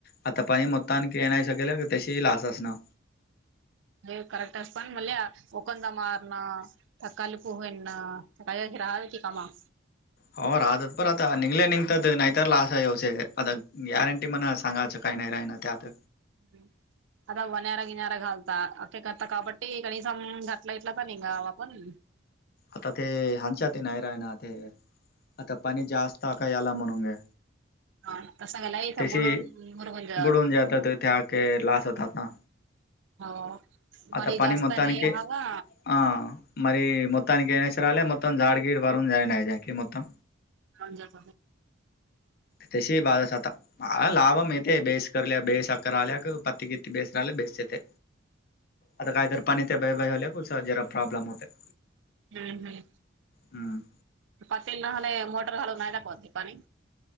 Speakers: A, on the left; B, on the right.
A: आता पाणी मता आणखी नाही शकेल का त्याशी लास असणं
B: अ करक्ट अस पण मल वकंद मार ना तकाळीली पूहू ना तकाळी राहा च कामा
A: हो राहतात बर आता निघले निघतात नाहीतर लाश आहे्यवश आता गॅरंटी मणा सांगायच काही नाही राहि ना त्यात
B: ह आता वनरा गिनऱ घालता अे करता काबटी कण सम घटलं इटलं तर नि गाव आपण
A: आता ते हांच्याात नाही राय ना ते आता पाणी जास्त आ का याला म्हणूने
B: हा तसा गेला इथं
A: त्याची
B: बुडून मुरगून जातो
A: बुडून जेातात त्याक लास होतात ना
B: हो मरी
A: आता पणी
B: जास्त
A: मतक
B: नाही
A: हह
B: हवा
A: मरी मताा क ये नच रले मतम जाडगीडी वरून ज जाईन आहे जाा ककी मतम
B: रजात
A: त्याशी बाारस आातता ह लाभम येते बेस कर बेस अखरा आल्या पत्ती किती बेस राहिला बेस येते आता काहीतरी पाणी ते बय बाले कु जरा प्रॉब्लेम होते
B: हम्म हम्
A: हम्म
B: पातल ना हले मोटर घालून नाही दावते पाणी